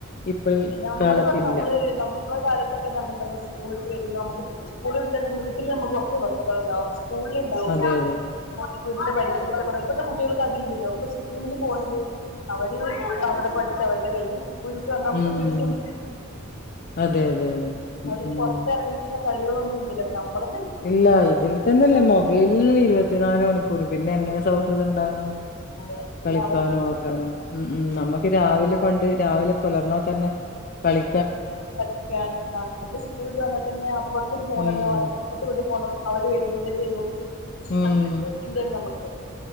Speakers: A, on the left; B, on the left.
A: ഇപ്പോൾ
B: നമ്മള്
A: കാലത്തില്ല
B: പറഞ്ഞ നമ്മള് നമ്മളെ കാലത്തൊക്കെ നമ്മക്ക് നമ്മൾ സ്കൂളിട്ട് വരും നമുക്ക് സ്കൂളിട്ട് വന്നാ വീട്ടിൽ മ്മക്ക് കുറച്ച് സുഹൃത്തുൾണ്ടാവും സ്കൂളിൽ ഇണ്ടാവും
A: അതെ അതെ
B: വീടിന്റെ പരിസരത്തൊക്കെ ഇപ്പത്തെ കുട്ടികൾക്ക് അതില്ലല്ലോ ഇപ്പ സ്കൂള് ല് പോണത് അവര് അവിടെ പഠിച്ച അവരുത് കഴിഞ്ഞ് സ്കൂൾ വിട്ട് വന്ന ഒക്കെ
A: ഉം
B: വീടിന്റെ ഉള്ളിൽ
A: അതെ അതെ അതെ ഉം
B: അവര്
A: ഉം
B: പുറത്തിറങ്ങിട്ട് കളികളൊന്നും ഇല്യല്ലോ നമ്മള
A: ഇല്ല ഇതിൽ തന്നെല്ലേ മൊബൈൽ ഇരുപത്തിനാല് മണിക്കൂറും പിന്നെ എങ്ങനെ സൗഹൃദം ണ്ട ണ്ടാവാ
B: അതെ പിന്നെ
A: കളിക്കാനും
B: അവർക്ക്
A: ആക്കാനും ഉ ഉ നമ്മുക്ക് രാവിലെ പണ്ട് രാവിലെ പുലർന്നാൽ തന്നെ കളി
B: <unintelligible> നമക്ക് സ്കൂളിട്ട് വന്നാൽ തന്നെ അപ്പുറത്തേക്ക് പോകണല്ലോ
A: ഉം
B: അല്ലെങ്ക അപ്പുറത്ത വി പോണം അവര് വരും ഇവര് വരും
A: ഉം
B: ഒറ്റ ചിന്താ നമക്ക്